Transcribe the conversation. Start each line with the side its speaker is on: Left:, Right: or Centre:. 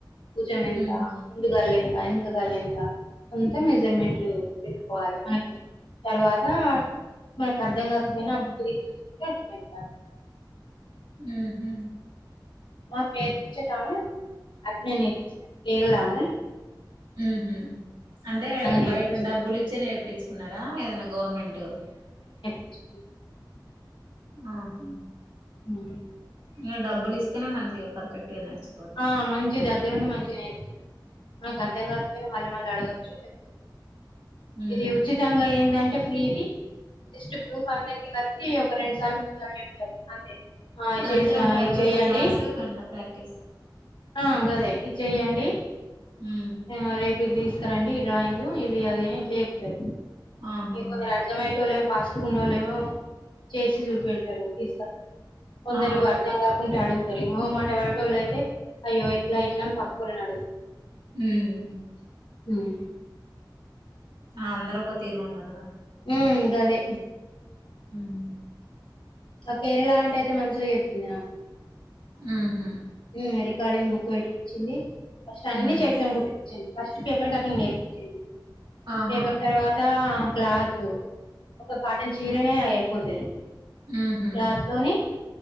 Left: భుజం ఎంత
Right: ఉహు
Left: ముందు కల్లిందా ఇంక కల్లిందా అంతా మెజర్మెంట్ పెట్టు కోవాలి మనక్ తర్వాత మనకు అర్థం కాకపోయినా అ బుక్ తీసి చూసుకుంటే అర్థమయితారు
Right: ఉహు
Left: మాక్ నేర్పించటమె అట్లే నేర్పిస్తది కేరళమె
Right: ఉహు అంటే
Left: నేర్పించింది
Right: బయట డబ్బులు ఇచ్చే ఇప్పించుకున్నరా ఏదైనా గవర్నమెంట్
Left: నేర్చ్
Right: ఆహా
Left: ఉమ్
Right: ఇంగ డబ్బులిస్తనే మంచిగ పర్ఫెక్ట్గా నేర్చు
Left: ఆ మంచిగా దగ్గరుండి మంచిగా నేర్పి మనకు అర్థం కాకపోయినా మళ్ళీ మళ్ళీ అడగొచ్చు చెప్తుంది
Right: ఉమ్
Left: ఇది ఉచితంగా ఏందంటే ఫ్రీది జస్ట్ గ్రూప్ అందరికి కలిసి ఒక రెండు సార్లు మూడు సార్లు చెబుతరు అంతే ఆ
Right: గంటే
Left: చేసి
Right: అంట
Left: ఇది
Right: గంట
Left: చెయ్యండి
Right: క్లాసు గంట ప్రాక్టీస్
Left: ఆ గదే ఇది చెయ్యండి
Right: ఉమ్
Left: ఏమో రేపు ఇది తీసుకురండి ఈ డ్రాయింగ్ ఇది అది ఇట్లా చెప్తరు
Right: ఆహా
Left: ఇన్కొందరు అర్థమయ్యే టోలు పేస్టుగున్నోళ్లేమో చేసి చూపెడతారు తీసుకొస్తారు కొందరు
Right: ఆ
Left: అర్ధం కాకుంటాడు అరి మోమాట ఎవరటోళ్ళు అయితే అయ్యో ఎట్లా ఎట్లా అని పక్కొల్లని అడుగుతరు
Right: ఉమ్
Left: ఉమ్
Right: ఆ అందరు ఒక తీరుగుండరుగా
Left: ఉమ్ గది
Right: ఉమ్
Left: ఆ కేరళ అంటేయితే మంచిగా చెప్పింది నాకు
Right: ఉహు
Left: ఉమ్ రికార్డింగ్ బుక్ పెటికిచ్చింది ఫస్ట్ అన్ని
Right: ఉమ్
Left: చేశానుట్ ఫస్ట్ పేపర్ కటింగ్ నేర్పించింది
Right: ఆహా
Left: పేపర్ తర్వాత క్లాత్ ఒక కాటన్ చీరనే అయిపోతది
Right: ఉహు
Left: క్లాత్ తోని